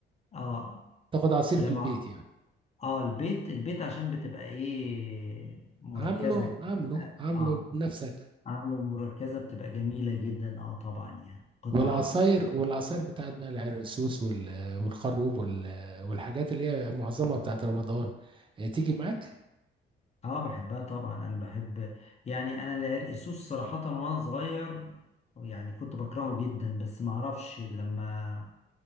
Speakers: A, on the left; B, on the right.
A: اه
B: تاخد عصير
A: لو
B: في البيت
A: ع-
B: يعني
A: اه البيت البيت عشان بتبقى ايه مركزة
B: عامله عامله عامله
A: اه
B: بنفسك
A: عامله مركزة بتبقى جميلة جدا اه طبعا يعني قطع
B: والعصاير والعصاير بتاعت بقى العرقسوس وال- والخروب وال- والحاجات اللي هي معظمها بتاعت رمضان آه، تيجي معاك
A: اه بحبها طبعا انا بحب يعني انا العرقسوس صراحة وانا صغير يعني كنت بكرهه جدا بس معرفش لما